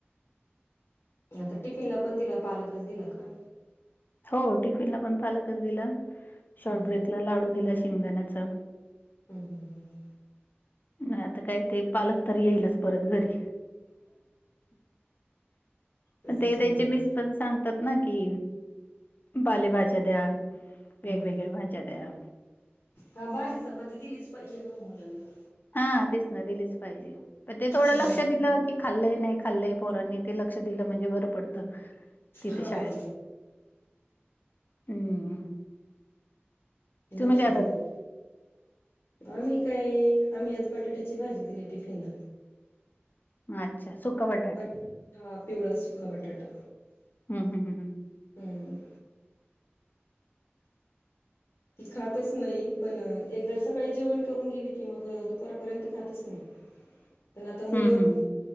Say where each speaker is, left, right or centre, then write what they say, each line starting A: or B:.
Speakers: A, on the left; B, on the left.
A: आता टिफिनला पण दिला पालकच दिला का?
B: हो टिफिनला पण पालकच दिला शॉर्ट
A: हम्म
B: ब्रेकला
A: हम्म
B: लाडू दिला शेंगदाण्याचा.
A: हम्म हम्म हम्म.
B: नाही आता काय ते पालक तर येईलच परत घरी.
A: तसच
B: ते
A: आहे
B: त्यांचे
A: मुलांच
B: मिस पण सांगतात. न कि पालेभाज्या द्या वेगवेगळ्या
A: हम्म हम्म हम्म
B: भाज्या द्या.
A: हा भाजी चपाती दिलीच पाहिजे ना ओ मुलांना.
B: हा तेच ना दिलेच पाहिजे प ते थोडं
A: हम्म
B: लक्ष दिलं की खाल्लंय नाही खाल्लंय पोरांनी ते लक्ष दिलं म्हणजे बरं पडतं. तिथे
A: हा
B: शाळेत. हम्म
A: लक्ष
B: तुम्ही काय बनवलं?
A: दिलेलं. आम्ही काय आम्ही आज बटाट्याची भाजी दिली टिफिनला.
B: अच्छा सुका बटाटा.
A: बट हा, पिवळा सुका बटाटा.
B: हम, हम, हम हम
A: हम्. ती खातच नाही पण, एकदा सकाळी जेवण करून गेली की मग दुपारपर्यंत खातच नाही. पण आता मुलं,
B: हम्म हम्म